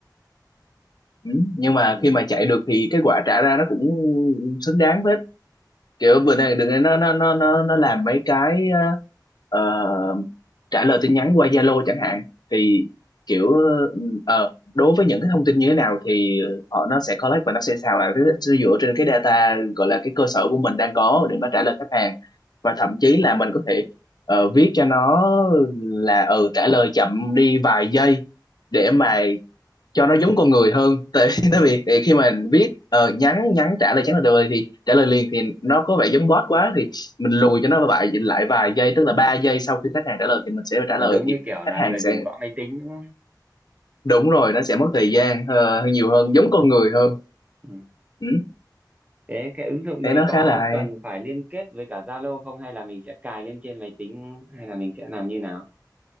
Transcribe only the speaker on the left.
ừ. nhưng mà
khi mà chạy được thì cái quả trả ra nó cũng xứng đáng hết kiểu vừa này đừng nó nó nó nó nó làm mấy cái ờ, ờ, trả lời tin nhắn qua Zalo chẳng hạn thì kiểu ờ đối với những cái thông tin như thế nào thì họ nó sẽ collect và nó sẽ xào lại nó sẽ dựa trên cái data gọi là cái cơ sở của mình đang có để mà trả lời khách hàng và thậm chí là mình có thể ờ, viết cho nó là ừ trả lời chậm đi vài giây để mà cho nó giống con người hơn tại <laughs> vì tại
vì thì khi mà viết ờ, nhắn nhắn trả lời nhắn là được rồi thì trả lời liền thì nó có vẻ giống bot quá thì mình lùi cho nó lại lại vài giây tức là 3 giây sau khi khách hàng trả
lời thì mình sẽ trả
lời
thì
khách
hàng sẽ
đúng rồi nó sẽ mất thời
gian ờ, nhiều hơn giống con người hơn
ừ,
thế
nó
khá là hay